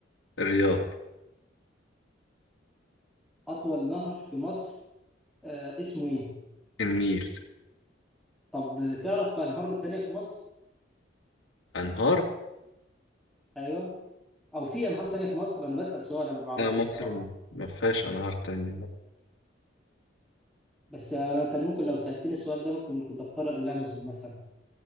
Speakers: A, on the left (about 80°); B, in the centre.
A: الرياض
B: أطول نهر في مصر آه اسمه إيه؟
A: النيل
B: طب تعرف أنهار تانية في مصر؟
A: أنهار
B: أيوه أو في أنهار تانية في مصر؟ أنا بسأل سؤال أنا ما بعرفش
A: لا مصر
B: الصراحة
A: ما ما فيهاش أنهار تانية بقى
B: بس أنا كان ممكن لو سألتني السؤال ده ممكن كنت أختار الأمازون مثلا